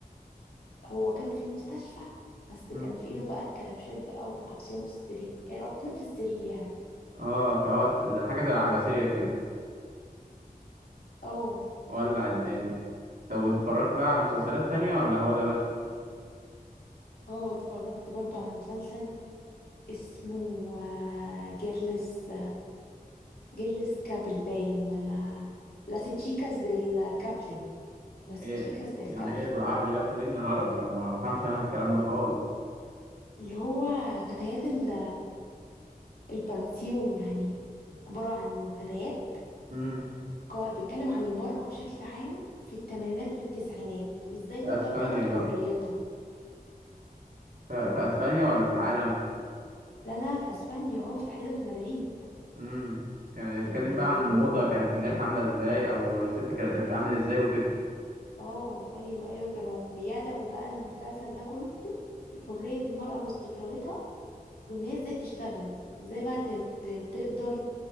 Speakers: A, on the left; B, on the right.
A: هو كان في المستشفى بس
B: مم.
A: كان في ايده بقى الكربشات بقى وحابسينه في السرير إيه، رابطينه في السرير يعني
B: اه فهو زي- حاجه زي العباسيه كده
A: اه
B: ولع الدنيا طب واتفرجت بقى على مسلسلات تانية ولا هو ده بس
A: اه اتفرجت برضو على مسلسل اسمه آه، جيرلس جيرلس كابل باين ولا لاس تشيكاس ديل كابلي لاس
B: ايه
A: تشيكاس ديل
B: يعني
A: كابلي
B: ايه بالعربي لا كلمني عربي انا ما افهمش انا الكلام ده خالص
A: اللي هو فتيات ال- البانسيون يعني عبارة عن فتيات
B: امم
A: ك- بيتكلم عن المرأة بشكل عام في الثمانينات والتسعينات وازاي تقدر
B: في اسبانيا
A: تاخد
B: بقى
A: حريتها
B: ف- في اسبانيا ولا في العالم
A: لا لا في اسبانيا اه في تحديدا في مدريد
B: امم يعني اتكلم
A: كانوا بيهنوهم
B: بقى عن الموضة كانت هناك عاملة ازاي او الست كانت بتتعامل ازاي وكده
A: اه ايوه ايوه كانوا بيدعوا بقى المسلسل ده كله حرية المرأة واستقلالتها وان هي ازاي تشتغل ازاي بقى ت- ت- تقدر